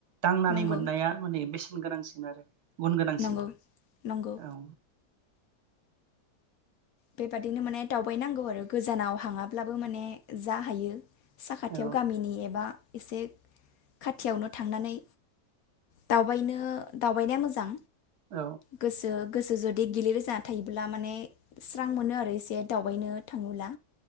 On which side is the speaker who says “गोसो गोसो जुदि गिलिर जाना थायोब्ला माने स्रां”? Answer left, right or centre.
Left